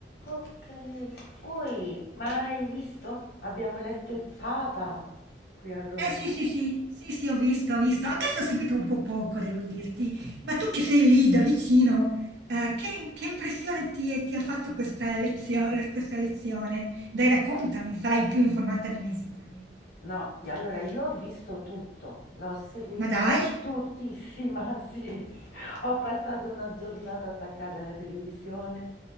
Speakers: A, on the left; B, on the right.
A: Ok, poi, mai visto? Abbiamo eletto il Papa qui a Roma.
B: Eh sì, sì, sì, sì, sì, ho visto, ho visto. Anche se ho seguito un po' poco, devo dirti. Ma tu che sei lì da vicino, eh, che, che impressione ti, ti ha fatto questa lezione, questa lezione? Dai, raccontami, sarai più informata di me sicuramente.
A: No, e allora io ho visto tutto, l'ho seguita
B: Ma dai,
A: tuttissima, sì. <laughs> Ho passato una giornata attaccata alla televisione